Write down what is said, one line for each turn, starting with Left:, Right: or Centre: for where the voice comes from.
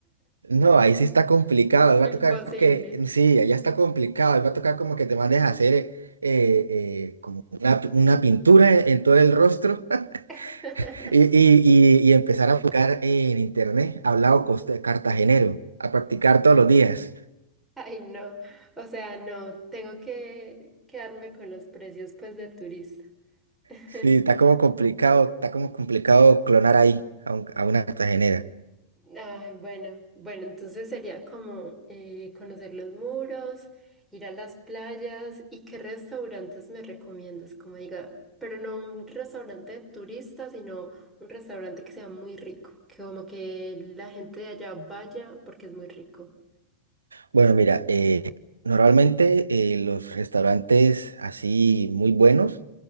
Right: No, ahí sí está complicado.
Centre: <laughs>
Right: ahí Va
Centre: Imposible.
Right: a tocar que, sí, allá está complicado. ahí Va a tocar como que te mandes a hacer eh, eh, eh, como una, una pintura en, en todo el rostro <laughs>
Centre: <laughs>
Right: y, y- y- y empezar a buscar en internet hablado costa- cartagenero, a practicar todos los días.
Centre: Ay, no. O sea, no, tengo que quedarme con los precios pues de turista. <laughs>
Right: Sí, está como complicado, está como complicado clonar ahí a, un- a una cartagenera.
Centre: Ay, bueno, bueno, entonces sería como eh, conocer los muros, ir a las playas y qué restaurantes me recomiendas, como diga, pero no un restaurante de turistas, sino un restaurante que sea muy rico, que como que la gente de allá vaya porque es muy rico.
Right: Bueno, mira, eh, normalmente eh, los restaurantes así muy buenos